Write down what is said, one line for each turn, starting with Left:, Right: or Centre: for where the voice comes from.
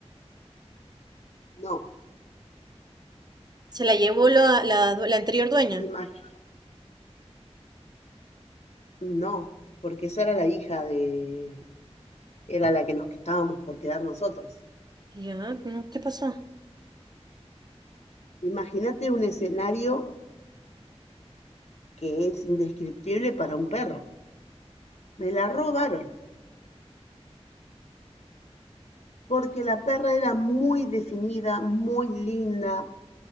Left: No.
Right: Se la llevó la, la, due- la anterior dueña.
Left: Imag- no, porque esa era la hija de... Era la que nos estábamos por quedar nosotros.
Right: Ya, no, ¿qué pasó?
Left: Imagínate un escenario que es indescriptible para un perro. Me la robaron, porque la perra era muy definida, muy linda,